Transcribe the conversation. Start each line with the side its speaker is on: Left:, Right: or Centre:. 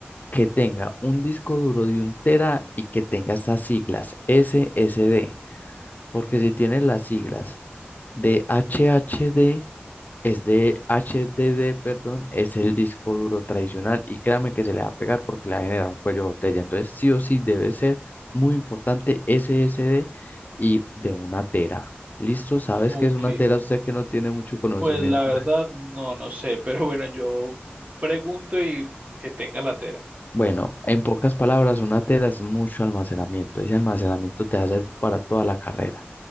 Left: que tenga un disco duro de un tera y que tenga estas siglas SSD, porque si tiene las siglas de HHD, es de H D D perdón, es el disco duro tradicional y créame que se le va a pegar porque le va a generar un cuello de botella. Entonces, sí o sí debe ser muy importante S S D y de una tera. ¿Listo? ¿Sabes
Right: ok.
Left: qué es una tera? Usted que no tiene mucho conocimiento.
Right: Pues la verdad
Left: de-
Right: no, no sé, pero bueno, yo pregunto y que tenga la tela.
Left: Bueno, en pocas palabras, una tera es mucho almacenamiento. Ese almacenamiento te va a hacer para toda la carrera,